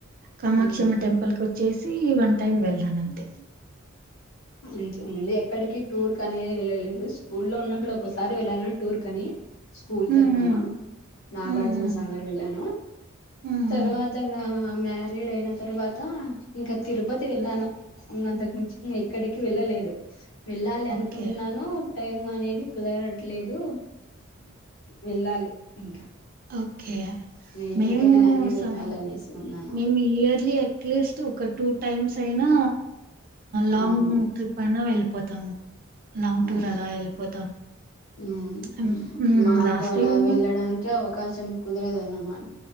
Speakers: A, on the right; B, on the left.
A: కామాక్షమ్మ
B: ఉమ్
A: టెంపుల్ కొ చేసి వన్ టైం వెళ్తానంతే
B: అంతే ముందు ఎక్కడికి టూర్ కనేది వెళ్ళలేదు స్కూల్ లో ఉన్నప్పుడు ఒకసారి వెళ్ళాను టూర్ కని స్కూల్
A: హ్మ్.
B: తరుపున
A: హ్మ్.
B: నాగార్జునసాగర్
A: హ్మ్. హ్మ్.
B: వెళ్ళాను,
A: హ్మ్.
B: తర్వాత
A: హ్మ్.
B: నా మ్యారీడ్ అయిన తర్వాత ఇంకా తిరుపతి వెళ్ళాను ఇంగ అంతకు మించి ఎక్కడికి వెళ్ళలేదు వెళ్ళాలి అనుకుంటున్నాను
A: ఓకే.
B: టైం అనేది కుదరట్లేదు వెళ్ళాలి ఇంకా
A: అ ఇక
B: ఇప్పటికైనా
A: మేము
B: కానీ
A: స
B: వెళ్ళాలనేసి ఉన్నాను
A: మేము ఇయర్లీ అట్లీస్ట్ ఒక టూ టైమ్స్ అయినా లాంగ్
B: అవును
A: ట్రిప్ అయిన వెల్ పోథాము లాంగ్
B: అవును
A: టూర్ అలా వెళ్ళిపోతాం
B: ఉమ్
A: హ్మ్. హ్మ్.
B: మాకు
A: లాస్ట్
B: అలా
A: టైమ్ హ్మ్.
B: వెళ్ళడానికి ఒ అవకాశం కుదరదనమాట్